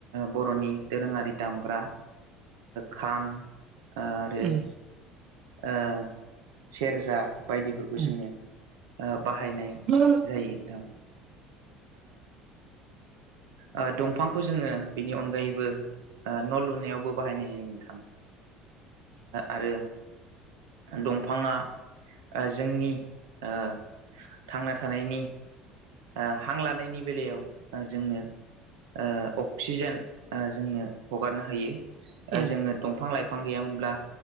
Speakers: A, on the right; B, on the right.
A: बर'नि दोरोङारि दामग्रा खाम ओ आरो
B: उम
A: ओ सेरजा बायदिफोरखौ
B: उम
A: जोङो ओ बाहायनाय
B: उम
A: जायो थां ओ ओ दंफांखौ जोङो बिनि अनगायैबो न' लुनायावबो बाहायनाय जायो नोंथां आरो दंफाङा जोंनि ओ थांना थानायनि ओ हां लानायनि बेलायाव जोंनो ओ अक्सिजेन ओ जोंनो हगारनो हायो
B: उम
A: जोङो दंफां लाइ फां गैयामोनब्ला